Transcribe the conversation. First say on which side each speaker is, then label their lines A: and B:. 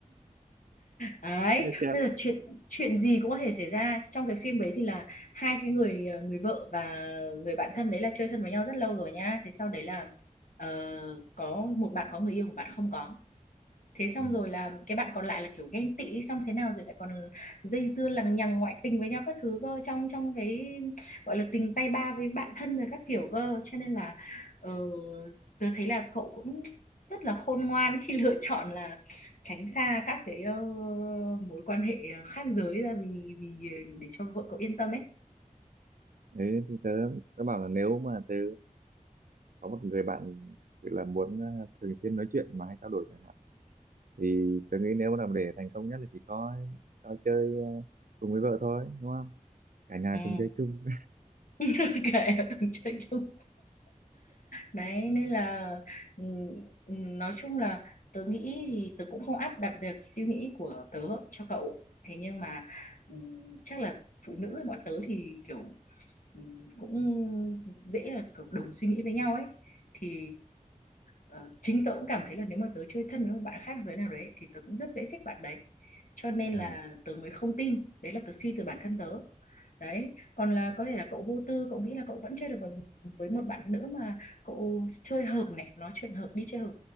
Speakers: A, on the left; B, on the right.
A: đấy
B: chia sẻ
A: bây giờ chuyện chuyện gì cũng có thể xảy ra trong cái phim đấy thì là hai cái người ờ, người vợ và người bạn thân đấy là chơi thân với nhau rất lâu rồi nhá thế sau đấy là ờ, có một bạn có người yêu một bạn không có thế xong
B: Ừ.
A: rồi là cái bạn còn lại là kiểu ghen tị xong thế nào rồi lại còn dây dưa lằng nhằng ngoại tình với nhau các thứ cơ trong trong cái gọi là tình tay ba với bạn thân rồi các kiểu cơ cho nên là ờ, tớ thấy là cậu cũng rất là khôn ngoan khi <laughs> lựa chọn là tránh xa các cái ờ, mối quan hệ khác giới ra vì vì để cho vợ cậu yên tâm ấy
B: thế thì tớ tớ bảo là nếu mà tớ có một người bạn chỉ là muốn ờ, thường xuyên nói chuyện mà hay trao đổi chẳng hạn thì tớ nghĩ nếu mà làm để thành công nhất là chỉ có cho chơi ờ, cùng với vợ thôi đúng không cả nhà
A: ừ.
B: cùng chơi chung
A: <laughs> kệ cùng chơi chung đấy nên là ừ, ừ, nói chung là tớ nghĩ thì tớ cũng không áp đặt được suy nghĩ của tớ cho cậu thế nhưng mà ừ, chắc là phụ nữ bọn tớ thì kiểu ừ, cũng dễ là kiểu đồng suy nghĩ với nhau ấy thì ờ, chính tớ cũng cảm thấy là nếu mà tớ chơi thân với một bạn khác giới nào đấy thì tớ cũng rất dễ thích bạn đấy cho nên
B: <laughs>
A: là
B: à,
A: tớ mới không tin đấy là tớ suy từ bản thân tớ đấy còn là có thể là cậu vô tư cậu nghĩ là cậu vẫn chơi được với, với một bạn nữ mà cậu chơi hợp này nói chuyện hợp đi chơi hợp